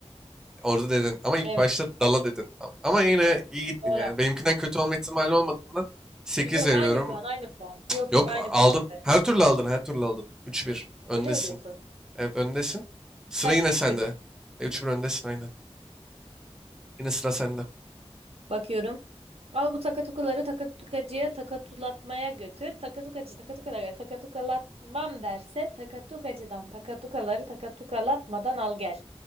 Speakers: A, in the centre; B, on the right (about 65°).
A: Orada dedin. Ama ilk
B: Evet
A: başta dala dedin. Am- Ama yine iyi gittin
B: doğru.
A: yani. Benimkinden kötü olma ihtimali olmadığından 8
B: Yok
A: veriyorum.
B: aynı puan aynı puan. Yok
A: Yok
B: yok aynı
A: aldın.
B: puan ver.
A: Her türlü aldın. Her türlü aldın. Üç bir. Öndesin.
B: Öyle mi diyorsun?
A: Evet öndesin. Sıra
B: Kaç?
A: yine
B: Üç
A: sende.
B: bir mi?
A: E, 3-1 öndesin aynen. Yine sıra sende.
B: Bakıyorum. Al bu takatukaları takatukacıya takatulatmaya götür. Takatukacı takatukaları takatukalatmam derse takatukacıdan takatukaları takatukalatmadan al gel.